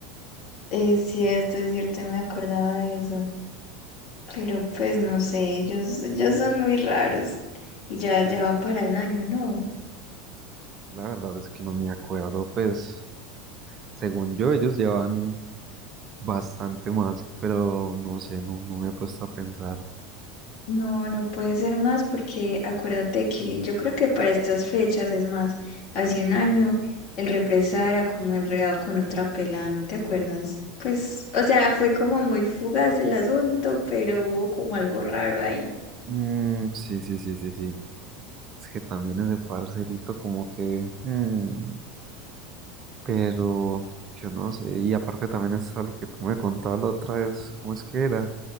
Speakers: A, on the left; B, on the right.
A: Es cierto, es cierto, me acordaba de eso, pero pues no sé, ellos, ellos son muy raros y ya, ya van para el año, ¿no?
B: Yo la verdad es que no me acuerdo, pues según yo ellos llevan Bastante más, pero no sé, no, no me he puesto a pensar.
A: No, no puede ser más porque acuérdate que yo creo que para estas fechas, es más, hace un año el represado era como enredado con otra pelada, ¿no te acuerdas? Pues, o sea, fue como muy fugaz el asunto, pero hubo como algo raro ahí.
B: Mm, sí, sí, sí, sí, sí. Es que también ese parcerito como que... mm, pero yo no sé. Y aparte también es algo que tú me contabas la otra vez. ¿Cómo es que era?